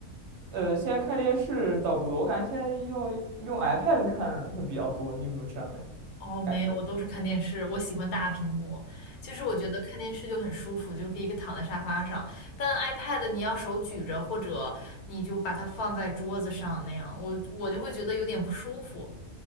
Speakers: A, on the right; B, on the left.
A: 呃，现在看电视倒不多，我感觉现在用用 iPad 看会比较多。你有没有这样的
B: 哦，没有，
A: 感觉？
B: 我都是看电视，我喜欢大屏幕。其实我觉得看电视就很舒服，就可以躺在沙发上。但 iPad 你要手举着，或者你就把它放在桌子上那样，我我就会觉得有点不舒服。